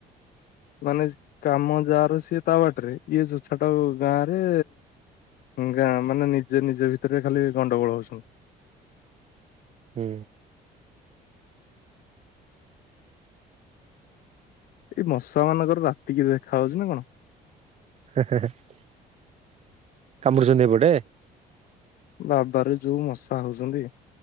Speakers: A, on the left; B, on the right.
A: ମାନେ କାମ ଯା ର ସିଏ ତା ବାଟରେ ଇଏ ତୁ ଛାଟା କୁ ଗାଁ ରେ ଗାଁ ମାନେ ନିଜେ ନିଜ ଭିତରେ ଖାଲି ଗଣ୍ଡଗୋଳ ହଉଛନ୍ତି।
B: ହୁଁ।
A: ଏଇ ମଶା ମାନଙ୍କର ରାତି କି ଦେଖା ହାଉଛି ନା କଣ?
B: ହେଁହେଁହେଁ। କାମୁରୁଛନ୍ତି ଏପଟେ
A: ବାବାରେ ଯୋଉ ମଶା ହଉଛନ୍ତି